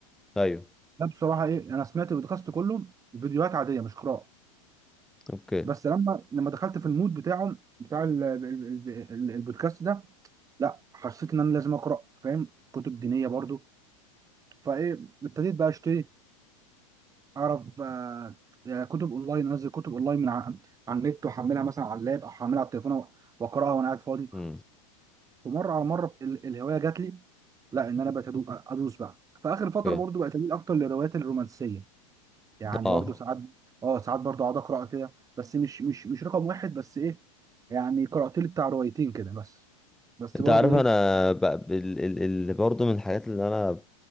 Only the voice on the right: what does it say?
ده بصراحه ايه انا سمعت البودكاست كله فيديوهات عاديه مش قراءه
بس لما لما دخلت في المود بتاعه بتاع ال- ال- ال- ال- البودكاست ده لا حسيت ان انا لازم اقرا فاهم كتب دينيه برضو فايه ابتديت بقى اشتري اعرف آه، آه، كتب اونلاين انزل كتب اونلاين من ع- على النت واحملها مثلا على اللاب او احملها على التليفون و- واقراها وانا قاعد فاضي
ومره على مره ال- الهوايه جات لي لا ان انا بقيت أدو- ادوس بقى فاخر
فتره برضو بقيت اميل اكتر للروايات الرومانسيه يعني
برضو ساعات اه ساعات برضو اقعد اقرا كده بس مش مش مش رقم واحد بس ايه يعني قرات لي بتاع روايتين كده بس بس
برضو
ايه